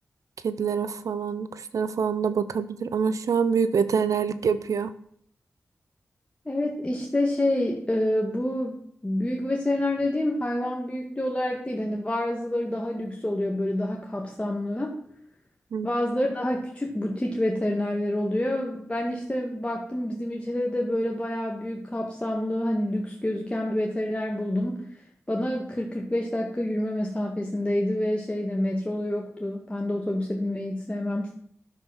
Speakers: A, on the right; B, on the left.
A: kedilere falan, kuşlara falan da bakabilir. Ama şu an büyük veterinerlik yapıyor.
B: Evet işte şey e, bu büyük veteriner dediğim hayvan büyüklüğü olarak değil hani bazıları daha lüks oluyor böyle daha kapsamlı.
A: Hı.
B: Bazıları daha küçük butik veterinerler oluyor. Ben işte baktım bizim ilçede de böyle bayağı büyük kapsamlı hani lüks gözüken bir veteriner buldum. Bana 40-45 dakika yürüme mesafesindeydi ve şeyde metro yoktu. Ben de otobüse binmeyi hiç sevmem.